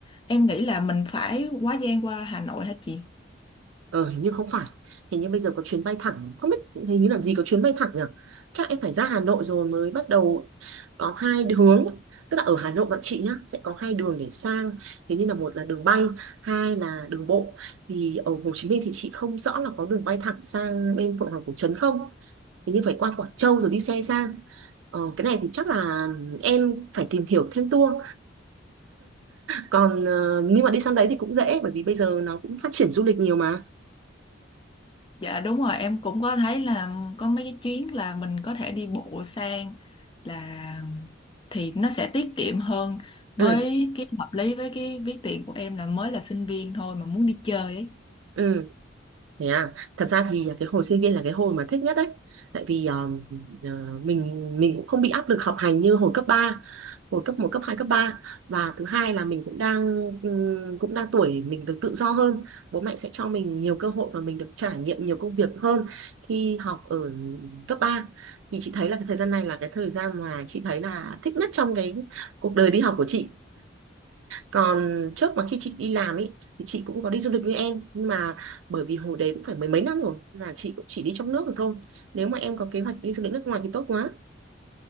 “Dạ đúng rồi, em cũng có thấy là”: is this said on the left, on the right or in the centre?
Left